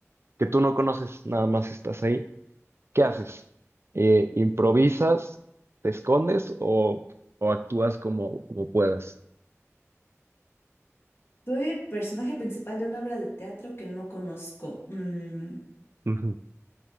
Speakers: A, on the right; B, on the left.
A: que tú no conoces, nada más estás ahí. ¿Qué haces? Eh, ¿improvisas, te escondes o, o actúas como, como puedas?
B: Soy el personaje principal de una obra de teatro que no conozco. Mm,
A: Ujú.